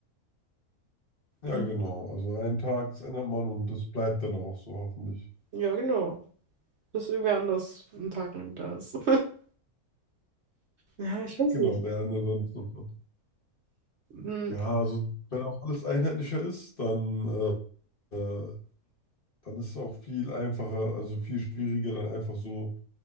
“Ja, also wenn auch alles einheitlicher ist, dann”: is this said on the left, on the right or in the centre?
Left